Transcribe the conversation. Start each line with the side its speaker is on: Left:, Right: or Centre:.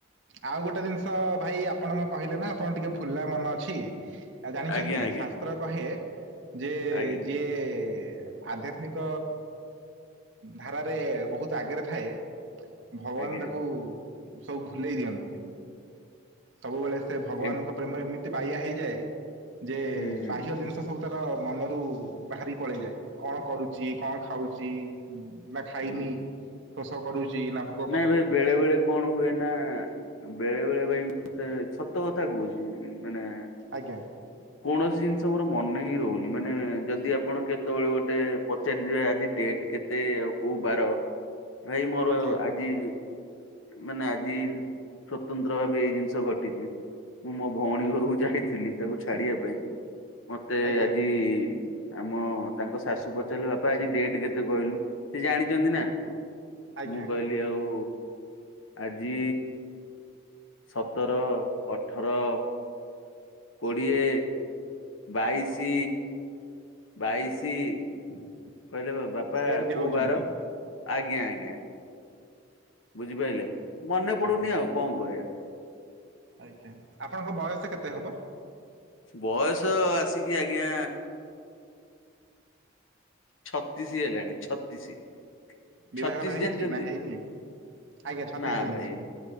Right: ଆଉ ଗୋଟେ ଜିନିଷ ଭାଇ ଆପଣଙ୍କ କହିଲେ ନା ଆପଣଙ୍କ ଟିକେ ଭୁଲା ମନ ଅଛି। ଜାଣିଛନ୍ତି
Left: ଆଜ୍ଞା ଆଜ୍ଞା
Right: ଶାସ୍ତ୍ର କହେ ଯେ
Left: ଆଜ୍ଞା
Right: ଯିଏ ଆଧ୍ୟାତ୍ମିକ ଧାରାରେ ବହୁତ ଆଗରେ ଥାଏ ଭଗବାନ
Left: ଆଜ୍ଞା
Right: ତାକୁ ସବୁ ଭୁଲେଇ ଦିଅନ୍ତି ସବୁବେଳେ ସେ ଭଗବାନଙ୍କ
Left: ଏମ୍
Right: ପ୍ରେମରେ ଏମିତି ବାଇଆ ହେଇଯାଏ ଯେ
Left: ହୁଁ ହୁଁ
Right: ବାହ୍ୟ ଜିନିଷ ସ ସବୁ ତାର ମନରୁ ବାହାରି ପଳେଇଯାଏ କଣ କରୁଛି କଣ ଖାଉଛି ବା ଖାଇନି
Left: ହୁଁ।
Right: ଶୋଷ କରୁଛି ନା ଭୋ
Left: ନାଇଁ ଭାଇ ବେଳେ ବେଳେ କଣ ହୁଏ ନା ବେଳେ ବେଳେ ଭାଇ ମତେ ସତ କଥା କହୁଛି ମାନେ
Right: ଆଜ୍ଞା।
Left: ହୁଁ କୌଣସି ଜିନିଷ ମୋର ମନେ ହିଁ ରହୁନି ମାନେ ଯଦି ଆପଣ କେତେବେଳେ ଗୋଟେ ପଚାରିଥିବେ ଆଜି ଡେଟ୍ କେ ତେ ଆଉ କୋଉ ବାର ଭାଇ ମୋର
Right: ଆଜ୍ଞା
Left: ଆ ଆଜି ମାନେ ଆଜି ସ୍ୱତନ୍ତ୍ର ଭାବେ ଏଇ ଜିନିଷ ଘଟିଛି। ମୁଁ ମୋ ଭଉଣୀ ଘରକୁ ଯାଇଥିଲି ତାକୁ ଛାଡିବା ପାଇଁ। ମତେ
Right: ଆଜ୍ଞା
Left: ଆଜି ଆମ ତାଙ୍କ ଶାଶୁ ପଚାରିଲେ ବାପା ଆଜି ଡେଟ କେତେ କହିଲୁ। ସେ ଜାଣିଛନ୍ତି ନା
Right: ଆଜ୍ଞା
Left: ମୁଁ କହିଲି ଆଉ ଆଜି ସତର ଅଠର କୋଡ଼ିଏ ବାଇଶି ବାଇଶି କହିଲେ ବାପା
Right: ଏମିତି
Left: କୋଉ
Right: ହଉଛନ୍ତି
Left: ବାର ଆଜ୍ଞା ଆଜ୍ଞା। ବୁଝିପାରିଲେ ମନେ ପଡୁନି
Right: ଆଜ୍ଞା
Left: ଆଉ କଣ କରିବା।
Right: ଆଜ୍ଞା ଆପଣଙ୍କ ବୟସ କେତେ ହବ।
Left: ବୟସ ଆସିକି ଆଜ୍ଞା ଛତିଶ ହେଲାଣି ଛତିଶ୍।
Right: ବିବାହର
Left: ଛତିଶ୍
Right: ହେଇଛି
Left: ଜାଣିଛନ୍ତି
Right: ନା ହେଇନି ଆଜ୍ଞା ଛତିଶ
Left: ନା
Right: ଜାଣିଛି
Left: ଭାଇ।